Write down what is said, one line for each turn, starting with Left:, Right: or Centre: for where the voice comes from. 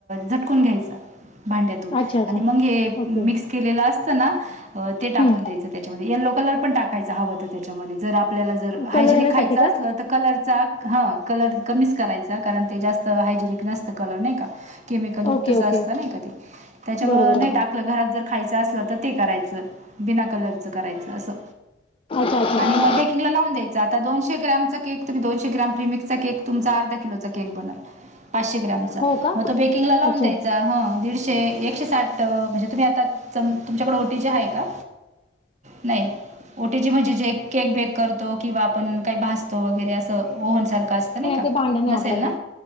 Right: झटकून घ्यायचा. भांड्यातून
Left: अच्छा, अच्छा.
Right: आणि मग हे
Left: ओके.
Right: मिक्स केलेलं असतं ना ते टाकून
Left: हं.
Right: द्यायचं त्याच्यामध्ये, यलो कलर पण टाकायचं हवं तर त्याच्यामध्ये जर आपल्याला जर हायजेनिक
Left: कलर येण्यासाठी
Right: खायचं
Left: का?
Right: असलं तर कलरचा. हा कलर कमीच करायचा कारण ते जास्त हायजेनिक नसतं कलर नाही का. केमिकल युक्तच
Left: ओके, ओके.
Right: असत ना का त्याच्यामुळ
Left: बरं, बरं,
Right: नाही
Left: बरं.
Right: टाकलं घरात जर खायचं असलं तर ते करायचं बिना कलरच करायचं असं.
Left: अच्छा, अच्छा.
Right: आणि मग बेकिंग लावून द्यायच आता दोनशे ग्रॅमचा केक तुम्ही दोनशे ग्राम प्रिमिक्स चा केक तुमचा अर्धा किलोचा केक बनल. पाचशे ग्रामचा
Left: हो का?
Right: मग तो बेकिंग लावून
Left: अच्छा.
Right: द्यायचा ह, दीडशे एकशे साठ म्हणजे तुम्ही आता तुमच्याकडे ओटी जी आहे का? नाही ओटीचे म्हणजे जे केक बेक करतो किंवा आपण काही भासतो वगैरे असं. ओहन सारखं असत नाही का
Left: ते भांडं नाही
Right: नसेल
Left: आपल्याकडे.
Right: ना